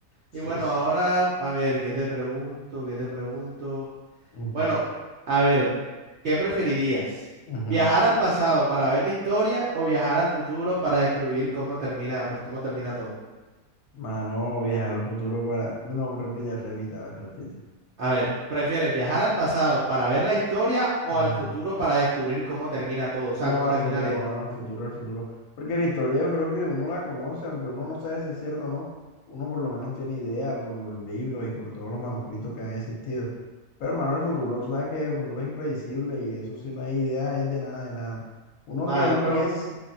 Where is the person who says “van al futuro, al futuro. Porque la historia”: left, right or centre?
Left